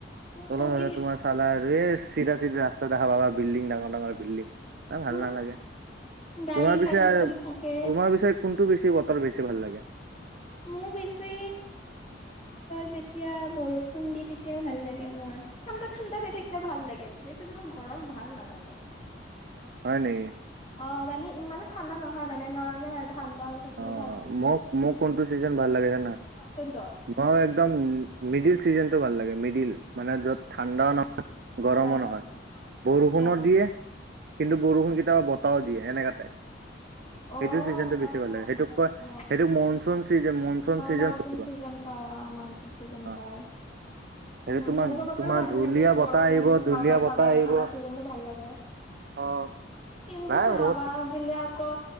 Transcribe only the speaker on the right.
তলত
হ'লে তোমাৰ চালা আৰু এই চিধা চিধি ৰাস্তা দেখা পাবা বিল্ডিং ডাঙৰ ডাঙৰ বিল্ডিং। এ ভাল
নালাগে।
তোমাৰ পিছে
তোমাৰ পি ছে কোনটো বেছি বতৰ বেছি ভাল লাগে?
হয় নেকি?
অ',
মোক মোক কোনটো চিজন ভাল লাগে জানা?
মই একদম মিডিল চিজনটো ভাল লাগে। মিডিল মানে য'ত ঠাণ্ডাও নহ য় গৰমো
নহয়, বৰষুণো
দিয়ে কিন্তু বৰষুণ কেতিয়াবা বতাহ দিয়ে এনেকা টাইপ।
সেইটো চিজনটো বেছি ভাল লাগে,
সেইটোক
কয় সেইটোক monsoon season monsoon season
বুলি কয়।
অ
সেইটো তোমাৰ
তোমাৰ
ধুলীয়া
বতাহ
আহিব ধুলীয়া
বতাহ
আহিব
অ'।
নাই
মোৰ